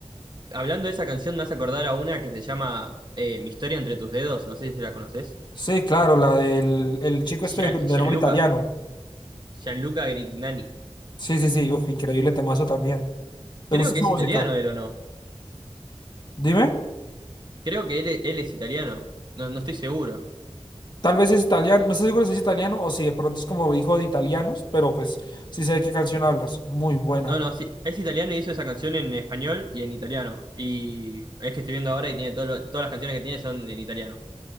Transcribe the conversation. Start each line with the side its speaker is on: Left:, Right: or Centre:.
Right: Hablando de esa canción, me hace acordar a una que se llama eh, Mi historia entre tus dedos. No sé si la conoces.
Left: Sí, claro, la del el chico
Right: Gian-
Left: este de, de
Right: Gianluca.
Left: nombre italiano.
Right: Gianluca Grignani.
Left: Sí, sí, sí, uf, increíble temazo también.
Right: Creo
Left: ¿Te gusta
Right: que
Left: esa
Right: es
Left: música?
Right: italiano él o no.
Left: Dime.
Right: Creo que él, e- él es italiano. No, no estoy seguro.
Left: Tal vez es italiano, no estoy seguro si es italiano o si de pronto es como hijo de italianos, pero pues sí sé de qué canción hablas. Muy buena.
Right: No, no, sí. Es italiano y hizo esa canción en español y en italiano. Y es que estoy viendo ahora y tiene todo lo- todas las canciones que tiene son en italiano.